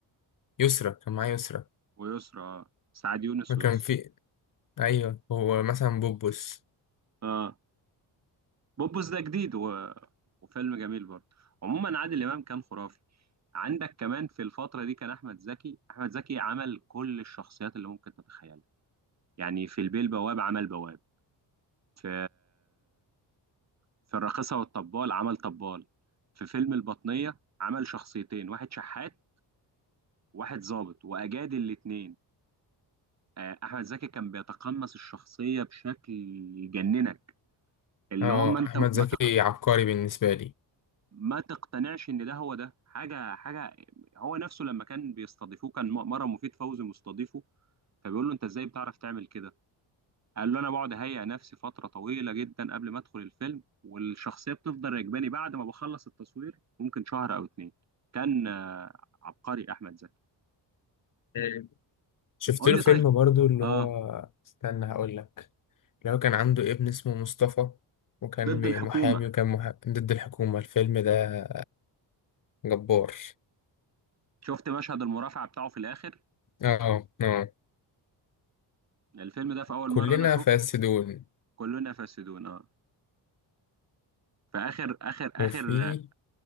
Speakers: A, on the left (about 50°); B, on the right (about 40°).
A: يسرا كان معاه يسرا
B: ويسرا آه سعاد يونس
A: وكان
B: ويسرا
A: في ايوه هو مثلا بوبوس
B: اه بوبوس ده جديد و... وفيلم جميل برضه عموما عادل امام كان خرافي عندك كمان في الفتره دي كان احمد زكي احمد زكي عمل كل الشخصيات اللي ممكن تتخيلها يعني في البيه البواب عمل بواب في في الراقصه والطبال عمل طبال في فيلم البطنيه عمل شخصيتين واحد شحات واحد ضابط واجاد الاتنين آه، احمد زكي كان بيتقمص الشخصيه بشكل يجننك اللي
A: اه آه،
B: هو ما انت
A: احمد زكي
B: ما تق...
A: عبقري بالنسبة
B: ما تقتنعش ان ده هو ده حاجه حاجه هو نفسه لما كان بيستضيفوه كان م- مره مفيد فوزي مستضيفه فبيقول له انت ازاي بتعرف تعمل كده قال له انا بقعد اهيئ نفسي فتره طويله جدا قبل ما ادخل الفيلم والشخصيه بتفضل راكباني بعد ما بخلص التصوير ممكن شهر او اتنين كان آه، عبقري احمد زكي
A: لي شفت
B: قول
A: له
B: لي
A: فيلم
B: طيب
A: برضو اللي
B: اه
A: هو استنى هقول لك اللي هو كان عنده ابن اسمه مصطفى وكان
B: ضد الحكومه
A: محامي وكان محامي ضد الحكومة الفيلم ده جبار
B: شفت مشهد المرافعه بتاعه في الاخر
A: اه اه
B: الفيلم ده في اول
A: كلنا
B: مره انا شفته
A: فاسدون
B: كلنا فاسدون اه فاخر اخر اخر
A: وفي
B: آه،